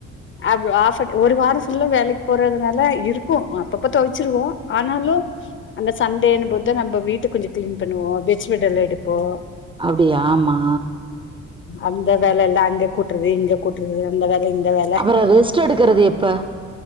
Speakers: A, on the left; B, on the right.
A: அப் ஆஃப் அ ட் ஒரு வாரொ ஃபுல்லா வேலெக்கி போறதுனால இருக்கு அப்பப்ப தொவச்சிருவோ ஆனாலு அந்த சண்டேன்னு போது நம்ப வீட்டு கொஞ்சோ க்ளீன் பண்ணுவோ வெஜ் விடல் எடுப்போ
B: அப்டியா ஆமா
A: அந்த வேல எல்லா அங்க குட்றது இங்க குட்றது அந்த வேல இந்த வேல
B: அப்பறோ ரெஸ்ட் எடுக்கறது எப்ப